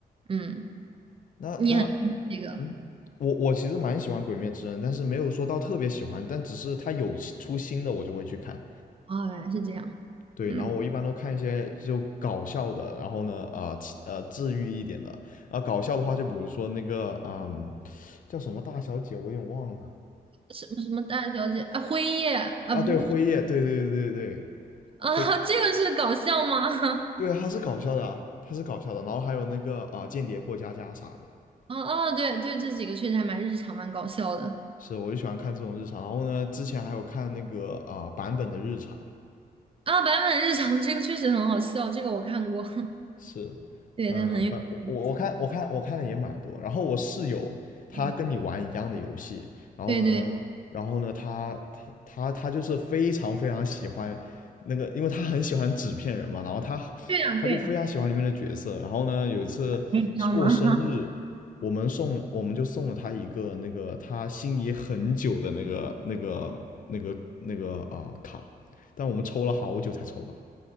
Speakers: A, on the right; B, on the left.
A: 嗯，
B: 那那
A: 你很这个
B: 嗯，我我其实蛮喜欢《鬼灭之刃》，但是没有说到特别喜欢，但只是它有新出新的我就会去看。
A: 哦，原来是这样，
B: 对，
A: 嗯，
B: 然后我一般都看一些就搞笑的，然后呢，呃其呃，治愈一点的。啊，搞笑的话，就比如说那个嗯，叫什么大小姐，我有点忘了。
A: 什么什么大小姐啊，辉夜啊，
B: 啊，
A: 不
B: 对，辉夜，对对对对对，
A: 啊，
B: 辉。
A: <laughs> 这个是搞笑吗？<laughs>
B: 对啊，他是搞笑的啊，他是搞笑的。然后还有那个啊、呃间谍过家家啥的，
A: 哦哦，对对，这几个确实还蛮日常，蛮搞笑的。
B: 是，我就喜欢看这种日常。然后呢，之前还有看那个啊、呃版本的日常，
A: 啊，版本日常这个确实很好笑，这个我看过，<laughs>
B: 是，
A: 对，
B: 嗯，
A: 它很有意思。
B: 反我我我看我看我看的也蛮多。然后我室友他跟你玩一样的游戏，
A: 哎，
B: 然后呢，
A: 对对
B: 然后呢，他他他他就是非常非常喜欢那个，因为他很喜欢纸片人嘛，然后他
A: 对啊，
B: 他就非常喜欢里面的角色。
A: 对呀，
B: 然后呢，有一次是过生日，
A: 你知道吗？<laughs>
B: 我们送我们就送了他一个那个他心仪很久的那个那个那个那个啊、卡，但我们抽了好久才抽到。